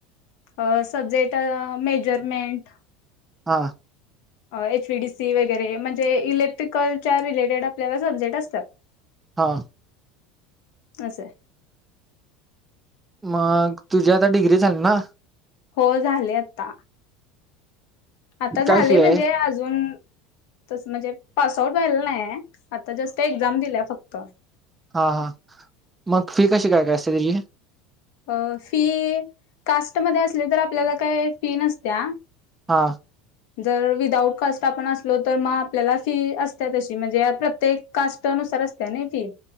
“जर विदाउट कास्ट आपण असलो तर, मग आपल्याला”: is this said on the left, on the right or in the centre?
Left